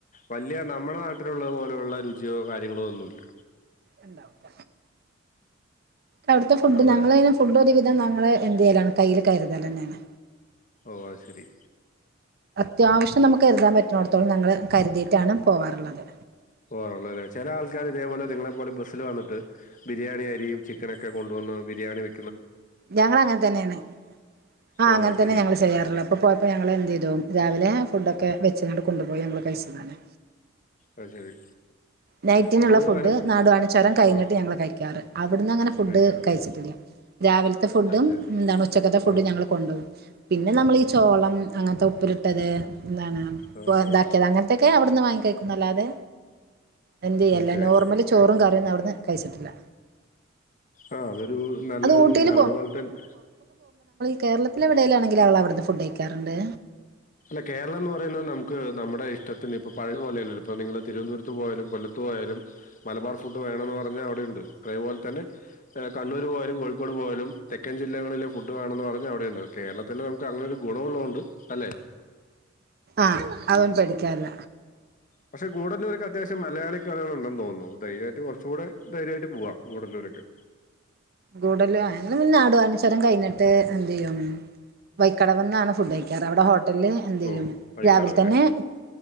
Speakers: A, on the left; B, on the right.
A: വലിയ നമ്മുടെ നാട്ടിലുള്ളത് പോലെയുള്ള രുചിയോ കാര്യങ്ങളോ ഒന്നുമല്ല
B: ഉണ്ടാവും അവിടുത്തെ ഫുഡ്
A: അവര്
B: ഞങ്ങള ഫുഡ് ഒരുവിധം ങ്ങളെ എന്തലാണ് കയ്യിൽ കരുതലന്നെയാണ്
A: ഓ അത് ശരി
B: അത്യാവശ്യം നമുക്ക് കരുതാൻ പറ്റണിടത്തോളം ങ്ങൾ കരുതിയിട്ടാണ് പോവാാറുള്ളത്
A: പോഓണേ ചില ആൾക്കാർ ഇതേപോലെ നിങ്ങളെ പോലെ ബസ്സിൽ വന്നിട്ട് ബിരിയാണി അരിയും ചിക്കനൊക്കെ കൊണ്ടുവന്ന് ബിരിയാണി വ
B: ഞങ്ങ അങ്ങനെ തന്നെയാണ് ആഹ
A: ഓ
B: അങ്ങനെ
A: അത്
B: തന്നെ
A: ശരി
B: ഞങ്ങൾ ചെയ്യാറുള്ളൂ അപ്പൊ പോയപ്പോ ഞങ്ങള് എന്ത് ചെയ്തുവും രാവിലെ ഫുഡ് ഒക്കെ വെച്ച്ട്ട് കൊണ്ടുപോയി ഞങ്ങൾ കഴിച്ചതാണ്
A: അ ശരി
B: നൈറ്റിനുള്ള
A: അതൊരു
B: ഫുഡ്
A: അനു
B: നാടുവാണിച്ചോരം കഴിഞ്ഞിട്ട്
A: ആ
B: ഞങ്ങള് കഴിക്കാറ് അവിടുന്ന് അങ്ങനെ ഫുഡ്
A: കഴിക്കാറല്ലേ
B: കഴിച്ചിട്ടില്ല രാവിലത്തെ ഫുഡും
A: അത് ശരി
B: എന്താണ് ഉച്ചക്കത്തെ ഫുഡും
A: ആ
B: ഞങ്ങള് കൊണ്ടോ യി പിന്നെ നമ്മളി ഈ ചോളം അങ്ങനത്തെ ഉപ്പില ഇട്ടത് എന്താണ്
A: അത് ശരി
B: ഇതാക്കിയത് അങ്ങനത്തെക്കെ അവിടുന്ന് വാങ്ങി കേൾക്കുന്നല്ലാതെ എന്ത് ചെയ്യല്ല
A: അത് ശരി
B: നോർമല് ചോറും കറിയും അവിട ന്ന് കയി ച്ചിട്ടില്ല
A: ആഹ് അതൊരു നല്ലൊരു
B: ഊട്ടിയിൽ
A: ഇതാണ് അതുപോലെ തന്നെ
B: കേരളത്തിലെഎവിടെലും മാണെങ്കിൽ അവൾ അവിടുന്ന് ഫുഡ് കഴിക്കാറുണ്ട്
A: അല്ല കേരളം എന്ന് പറയുന്നത് നമുക്ക് നമ്മുടെ ഇഷ്ടത്തിന് ഇപ്പ പഴയ പോലെയല്ല ല്ലോ ഇപ്പോൾ നിങ്ങള് തിരുവനന്തപുരത്ത് പോയാലും കൊല്ലത്ത് പോയാലും മബാർ ഫുഡ് വേണം എന്ന് പറഞ്ഞാൽ അവിടെ ഉണ്ട് അതേപോലെ തന്നെ കണ്ണൂർ പോയാല കോഴിക്കോട് പോയാലും തെക്കൻ ജില്ലകളിലെ ഫുഡ് വേണമന്ന് പറഞ്ഞാൽ അവിടെയ ഉണ്ട് കേരളത്തില് നമുക്ക് അങ്ങനെ രു ഗുണമുള്ളോണ്ട് അല്ലേ
B: ആഹ് അവൻ പടിക്കാല്ല
A: പക്ഷെ ഗൂഡ ല്ലൂർക്കെ അത്യാവശ്യം മലയാളി കൾ ഉണ്ടെന്ന് തോന്നുന്നു ധൈര്യമായിട്ട് കുറച്ചുകൂടെ ധൈര്യമായിട്ട് പോകാം ഗൂഡല്ലൂർക്ക്
B: ഗൂഡല്ലൂ ഞങ്ങൾ പിന്നെ നാടുകാണി ചുരം കഴിഞ്ഞിട്ട് എന്റെയും വൈക്കടവ് എന്നാണ് ഫുഡ് കഴിക്കാറ് ഹോ എല്ലേ എന്ത് ചെയ്യും
A: ഓ വഴിക്കടവല്ലേ
B: രാവിലെത്തന്നെ